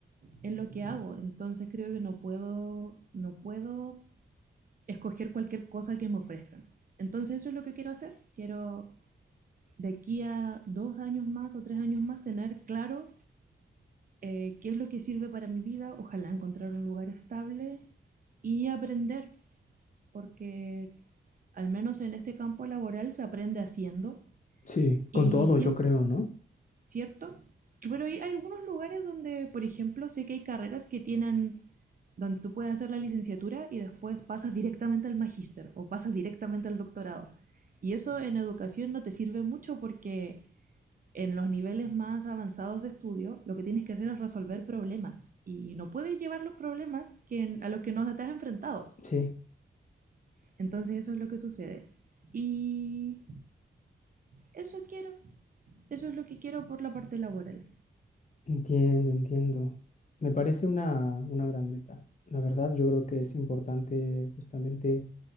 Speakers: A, on the right (about 45°); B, on the left (about 40°).
A: en lo que hago, entonces creo que no puedo, no puedo escoger cualquier cosa que me ofrezcan. Entonces eso es lo que quiero hacer. Quiero de aquí a dos años más o tres años más tener claro eh, qué es lo que sirve para mi vida, ojalá encontrar un lugar estable y aprender, porque al menos en este campo laboral se aprende haciendo
B: sí,
A: y
B: con todo
A: siempre,
B: yo creo, ¿no?
A: ¿cierto? Pero hay, hay algunos lugares donde, por ejemplo, sé que hay carreras que tienen donde tú puedes hacer la licenciatura y después pasas directamente al magíster o pasas directamente al doctorado. Y eso en educación no te sirve mucho porque en los niveles más avanzados de estudio, lo que tienes que hacer es resolver problemas y no puedes llevar los problemas que a los que no te has enfrentado.
B: Sí,
A: Entonces eso es lo que sucede. Y eso quiero. Eso es lo que quiero por la parte laboral.
B: entiendo, entiendo. Me parece una, una gran meta. La verdad, yo creo que es importante justamente